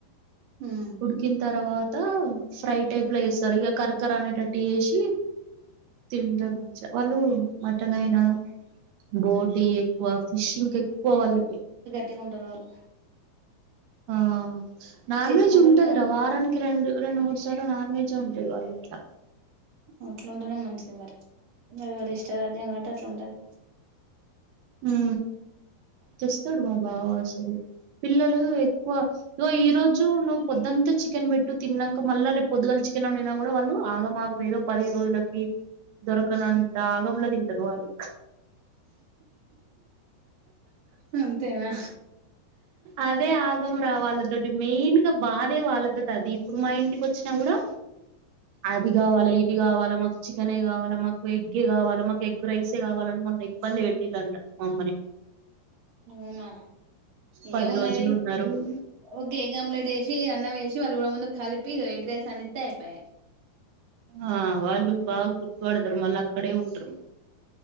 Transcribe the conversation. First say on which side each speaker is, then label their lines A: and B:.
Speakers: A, on the right; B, on the right.
A: ఉమ్
B: ఉడికిన తర్వాత ఫ్రై టైప్ లో వేస్తరు. ఇక కరకర అనేటట్టు వేసి తిన్ మంచిగ వాళ్ళూ మటనైనా బోట్ టీ ఎక్కువ ఫిషింగ్ కెక్కువ వాళ్ళకి
A: ట్టి గుంటరు వాళ్ళు
B: ఆ నాన్
A: చేసుకుంటారు
B: వెజ్ ఉంటది
A: తినాలి
B: రా వారానికి రెండు రెండు మూడు స్ చాలా నాన్ వెజ్ యే ఉంటది వాళ్ళ ఇంట్లో.
A: అట్లుంటేనే మంచిది మరి మరి వలి ఇష్టారాజ్యం కాబట్టి అట్లుంటది.
B: ఊ తెస్తడు మా బావ అసలు పిల్లలు ఎక్కువ ఇగో ఈ రోజు నువ్వు పొద్దంతా చికెన్ పెట్టు తిన్నాక మళ్ళా రేపు పొద్దు చికెన్ వండినా కూడా వాళ్ళు ఆగమాగం. వేదో పది రోజులకి దొరకనంత ఆ మామూలుగా తింటరు వాళ్ళు
A: అంతేనా
B: అదే ఆగం రా వాళ్ళతోటి మెయిన్ గా బాధే వాళ్ళతో టది ఇప్పుడు మా ఇంటికి వొచ్ చ్చినా గూడా అది గావాలే ఇద్ ఇగ వాళ్ళ మాక్ చికెనే కావాలా మాకు ఎగ్గే కావాలా మాకు ఎగ్ రైసే కావాలని మొన్న ఇబ్బంది పెట్టిండంట మమ్మని
A: అవునా,
B: పది
A: ఏమున్నది?
B: రోజులు ఉన్నారు
A: ఒక ఎగ్ ఆమ్లెట్ ఏసి అన్నం ఏసి వాళ్ళు పొ ముందు కలిపి ఇగ ఎగ్ రైస్ అన్న ఇత్తె ఐపాయే.
B: ఆ వాళ్ళు బాగ గుర్తుపడతరు, మళ్ళ అక్కడే ఉంటరు.